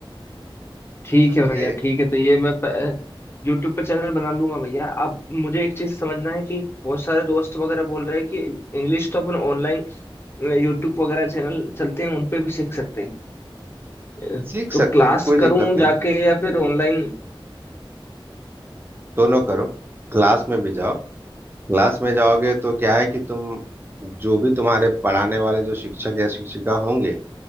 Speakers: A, on the left (about 25°); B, on the right (about 25°).
A: ठीक
B: समझे
A: है भैया ठीक है तो ये मैं प, यूट्यूब पर चैनल बना लूंगा भैया अब मुझे एक चीज समझना है कि बहुत सारे दोस्त वगैरह बोल रहे हैं कि इंग्लिश तो अपन ऑनलाइन यूट्यूब वगैरह चैनल चलते हैं उन पे भी सीख सकते हैं अ,
B: सीख
A: तो
B: सकते
A: क्लास
B: हो कोई
A: करूं
B: दिक्कत नहीं
A: जाके
B: है।
A: या फिर ऑनलाइन
B: दोनों करो क्लास में भी जाओ क्लास में जाओगे तो क्या है कि तुम जो भी तुम्हारे पढ़ाने वाले जो शिक्षक या शिक्षिका होंगे